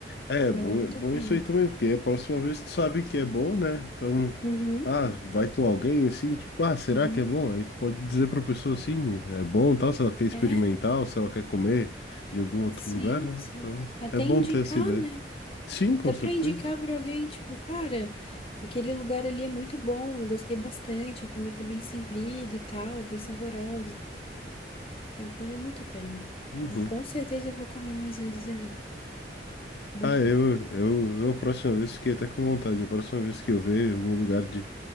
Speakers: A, on the left (about 65°); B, on the left (about 30°).
A: É, é
B: Valeu
A: bom,
B: muito
A: é bom
B: a pena.
A: isso aí também, porque a próxima vez tu sabe que é bom, né? Então,
B: Uhum,
A: ah, vai com alguém assim, tipo, ah, será
B: uhum.
A: que é bom? Aí tu pode dizer pra pessoa assim, é bom, tal,
B: É,
A: se ela quer experimentar
B: é,
A: ou se ela quer comer de algum outro
B: sim,
A: lugar, né?
B: sim.
A: Então,
B: Até
A: é bom
B: indicar,
A: ter essa ideia.
B: né?
A: Sim, com
B: Até
A: certeza.
B: para indicar para alguém, tipo, cara, aquele lugar ali é muito bom, eu gostei bastante, a comida é bem servida e tal, é bem saborosa. É, valeu muito a pena.
A: Uhum.
B: Vou- com certeza eu vou comer mais vezes ali. Muito
A: Ah, eu,
B: bom.
A: eu, eu a próxima vez fiquei até com vontade. A próxima vez que eu ver algum lugar de,